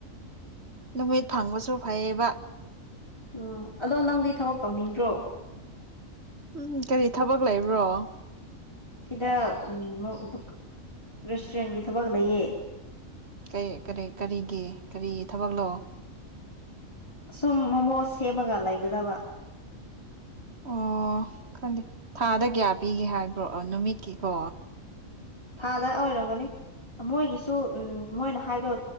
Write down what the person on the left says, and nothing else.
ꯎꯝ ꯑꯗꯣ ꯅꯪꯗꯤ ꯊꯕꯛ ꯇꯧꯅꯤꯡꯗ꯭ꯔꯣ
ꯁꯤꯗ ꯎꯝ ꯗꯨ ꯔꯦꯁꯇꯨꯔꯦꯟꯒꯤ ꯊꯕꯛ ꯂꯩꯌꯦ
ꯁꯨꯝ ꯃꯣꯃꯣ ꯁꯦꯝꯃꯒ ꯂꯩꯒꯗꯕ
ꯊꯥꯗ ꯑꯣꯏꯔꯝꯒꯅꯤ ꯃꯣꯏꯒꯤꯁꯨ ꯎꯝ ꯃꯣꯏꯅ ꯍꯥꯏꯕꯗꯣ